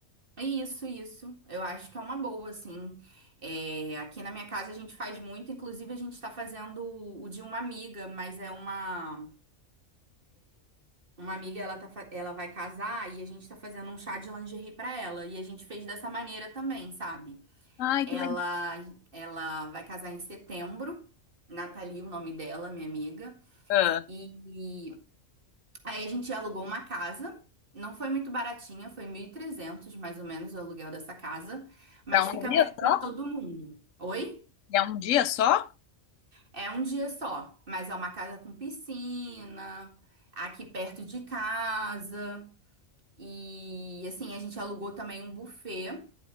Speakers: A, on the right; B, on the left.
A: Isso, isso. Eu acho que é uma boa, assim. É, aqui na minha casa a gente faz muito, inclusive a gente tá fazendo o o de uma amiga, mas é uma uma amiga, ela tá, fa- ela vai casar e a gente tá fazendo um chá de lingerie pra ela, e a gente fez dessa maneira também, sabe?
B: Ai,
A: Ela
B: que legal.
A: ela vai casar em setembro, Nathalie, o nome dela, minha amiga.
B: Ah,
A: E Aí a gente alugou uma casa. Não foi muito baratinha, foi 1.300 mais ou menos o aluguel dessa casa, mas
B: Pra um
A: fica
B: dia
A: perto para
B: só?
A: todo mundo. Oi?
B: E É um dia só?
A: É um dia só, mas é uma casa com piscina, aqui perto de casa. E assim, a gente alugou também um buffet.